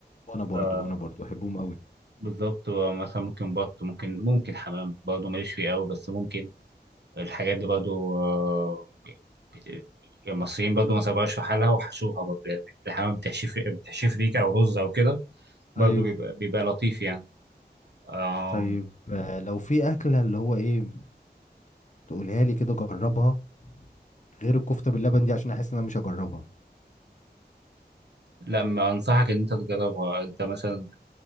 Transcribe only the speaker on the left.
وانا برضو
وانا برضو بحبهم قوي
ايوه
طيب آه، لو في اكله اللي هو ايه تقولها لي كده جربها غير الكفته باللبن دي عشان احس ان انا مش هجربها